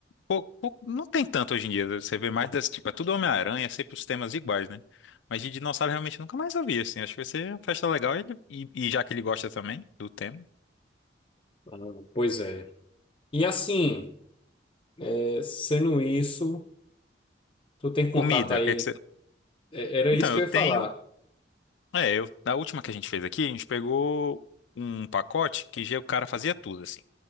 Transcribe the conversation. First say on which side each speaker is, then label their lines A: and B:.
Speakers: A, on the left; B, on the left.
A: pou- pou- não tem tanto hoje em dia. Você vê mais desse tipo, é tudo Homem-Aranha, sempre os temas iguais, né? Mas de dinossauro realmente nunca mais ouvi, assim. Acho que vai ser uma festa legal e, e- e já que ele gosta também do tema.
B: Ah, Pois é. E assim, é, sendo isso, tu tem contato
A: Comida,
B: aí.
A: o que que você.
B: É, era
A: Então,
B: isso que
A: eu
B: eu
A: tenho.
B: ia falar.
A: É, eu, da última que a gente fez aqui, a gente pegou um pacote que já o cara fazia tudo, assim.